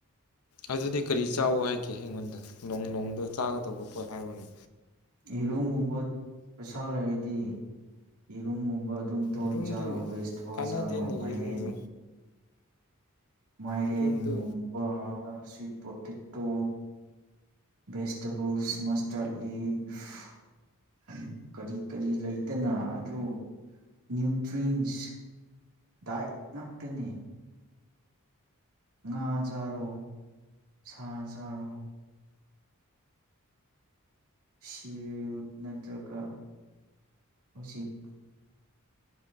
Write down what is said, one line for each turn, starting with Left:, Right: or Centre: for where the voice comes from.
Left: ꯑꯗꯨꯗꯤ ꯀꯔꯤ ꯆꯥꯎ ꯍꯥꯏꯒꯦ ꯑꯩꯉꯣꯟꯗ ꯅꯣꯡ ꯅꯣꯡꯗ ꯆꯥꯒꯗꯧꯕ ꯄꯣꯠ ꯍꯥꯏꯕꯅꯤ
Right: ꯌꯦꯔꯨꯝꯒꯨꯝꯕ ꯄꯩꯁꯥ ꯂꯩꯔꯗꯤ ꯌꯦꯔꯨꯝꯒꯨꯝꯕ ꯑꯗꯨꯝ ꯇꯣꯏ
Left: ꯌꯦꯔꯨꯝꯗꯨ
Right: ꯆꯥꯔꯣ ꯕꯦꯁꯇꯕꯣꯜ
Left: ꯀꯥꯟꯅꯗꯦꯅꯦ
Right: ꯆꯥꯔꯣ ꯃꯥꯏꯔꯦꯟ
Left: ꯌꯦꯔꯨꯝꯗꯨ
Right: ꯃꯥꯏꯔꯦꯟꯒꯨꯝꯕ
Left: ꯌꯦꯔꯨꯝꯗꯨ
Right: ꯁꯨꯋꯤꯠꯄꯣꯇꯦ ꯇꯣ ꯚꯦꯖꯤꯇꯦꯕꯜꯁ ꯃꯁꯇꯔꯠ ꯂꯤꯐ ꯀꯔꯤ ꯀꯔꯤ ꯂꯩꯗꯅ ꯑꯗꯨ ꯅ꯭ꯌꯨꯇ꯭ꯔꯤꯟꯁ ꯗꯥꯏꯠ ꯉꯥꯛꯇꯅꯤ ꯉꯥ ꯆꯥꯔꯣ ꯁꯥ ꯆꯥꯔꯣ ꯁꯤꯔ ꯅꯠꯇ꯭ꯔꯒ ꯍꯧꯖꯤꯛ